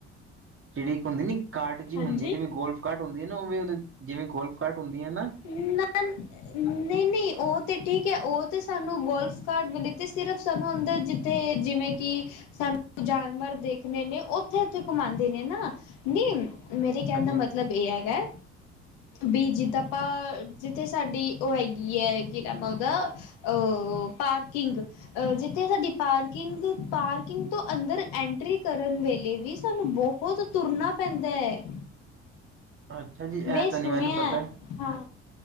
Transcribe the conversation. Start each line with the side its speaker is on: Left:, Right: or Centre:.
Right: ਜਿਹੜੀ ਇੱਕ ਹੁੰਦੀ ਨਹੀਂ। ਕਾਰਟ ਜਹੀ
Left: ਹਾਂਜੀ
Right: ਹੁੰਦੀ ਹੈ ਜਿਵੇਂ ਗੋਲਫ ਕਾਰਟ ਹੁੰਦੀ ਹੈ ਨਾ ਉਹ ਵੀ ਜਿਵੇਂ ਗੋਲਫ ਕਾਰਟ ਹੁੰਦੀ ਹੈ ਨਾ।
Left: ਨਹੀਂ ਨਹੀਂ। ਨਹੀਂ ਉਹ ਤਾਂ ਠੀਕ ਹੈ ਉਹ ਤਾਂ ਸਾਨੂੰ ਗੋਲਫ ਕਾਰਟ ਮਿਲੇ ਅਤੇ ਸਿਰਫ ਸਾਨੂੰ ਅੰਦਰ ਜਿੱਥੇ ਜਿਵੇਂ ਕਿ। ਸਾਨੂੰ ਜਾਨਵਰ ਦੇਖਣੇ ਨੇ ਉੱਥੇ ਉੱਥੇ ਘੁਮਾਉਂਦੇ ਨੇ ਨਾ ਨੀ। ਮੇਰੇ ਕਹਿਣ
Right: ਹਾਂਜੀ
Left: ਦਾ ਮਤਲਬ ਇਹ ਹੈਗਾ। ਵੀ ਜਿੱਦਾਂ ਆਪਾਂ ਜਿੱਥੇ ਸਾਡੀ ਉਹ ਹੈਗੀ ਹੈ ਕੀ ਨਾਮ ਆ ਉਹਦਾ। ਉਹ ਪਾਰਕਿੰਗ। ਅ ਜਿੱਥੇ ਸਾਡੀ ਪਾਰਕਿੰਗ ਪਾਰਕਿੰਗ ਤੋਂ ਅੰਦਰ ਐਂਟਰੀ ਕਰਨ ਵੇਲੇ ਵੀ ਸਾਨੂੰ ਬਹੁਤ। ਉਹ ਤੇ ਤੁਰਨਾ ਪੈਂਦਾ ਹੈ।
Right: ਅੱਛਾ ਜੀ, ਇਹ
Left: ਮੈਂ
Right: ਤਾਂ। ਨਹੀਂ
Left: ਸੁਣਿਆ
Right: ਮੈਨੂੰ ਪਤਾ
Left: ਹਾਂ